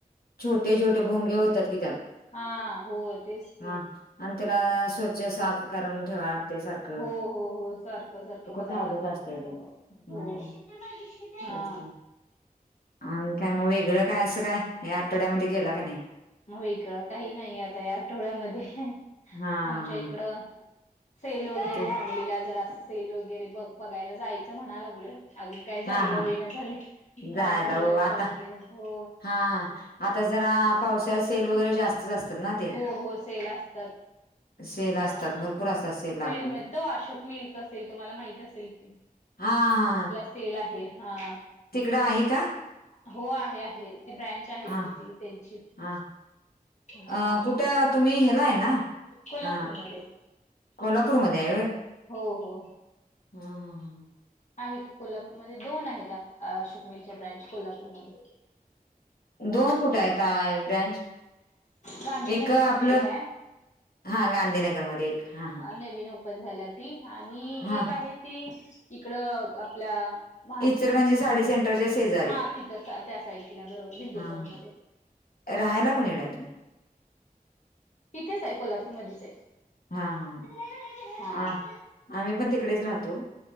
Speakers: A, on the left; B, on the left.
A: छोटे छोटे भोंगे होतात की त्यात,
B: हा हो
A: <inaudible>
B: तेच की
A: हा आणि त्याला स्वच्छ साफ करून ठेवा लाग ते सारखं
B: हो हो हो सारखं सारखं बघाय
A: चालूच
B: लागतं
A: असतंय
B: त्या ला
A: बाई
B: हो
A: हम्म
B: हो
A: हम्म
B: हा
A: तेच की. आणि म काय मग वेगळं काय असं काय हे आठवड्यामध्ये केला का नाही.
B: ह वेगळं काही नाही आता या आठवड्यामध्ये,
A: हा
B: आमच्या इकडं सेल वगैरे
A: ते
B: लागलेला, जर असं सेल वगैरे ब बघायला जायचं म्हणाला लागलोय अजून काय
A: हा
B: जायला
A: हा
B: होईना ना झालय
A: जायला
B: लहान मुलांच्या
A: हो आता
B: मध्ये हो
A: हा हा आता जरा पावसाळयात सेल वगैरे जास्त जास्त असत ना. ते.
B: हो हो सेल असतात
A: सेल असतात
B: हा
A: भरपूर असतात
B: सेल
A: लागलेले
B: म्हणज तो अशोक मिलच असेल तुम्हाला माहित असेल कि,
A: हा हा.
B: असेल आहे हा.
A: तिकडं आहे का?
B: हो आहे आहे ती ब्रँच आहे
A: हा
B: किती त्यांची
A: हा
B: हा
A: अ कुठे तुम्ही हेलाय ना?
B: कोल्हापूरमध्ये
A: अ कोल्हापूरमध्येध्ये आहे होय.
B: हो हो
A: हम
B: आहे की कोल्हापूरमध्ये दोन आहेत शुकमिलच्या ब्रांच कोल्हापूरमध्ये.
A: दोन फुट आहेतय ब्रांच
B: गांधीनगरमध्ये
A: एक आपलं
B: एक आहे
A: हा गांधीनगरमध्ये. हां, हां.
B: नवीन ओपन झाल्या ती आणि
A: हां,
B: एक आहे ती इकड आपल्या वा
A: इचलकरंजी साडी सेंटरच्या शेजारी.
B: हा तिथं त्या साईडला बरोबर बिंदू
A: हां,
B: चौक
A: हां.
B: मध्ये
A: राहायला कोण येणार तुम्ही?
B: तिथेच आहे कोल्हापूरमध्येच आहे.
A: हां हां हां
B: हा
A: आ आम्ही पण तिकडेच राहतो.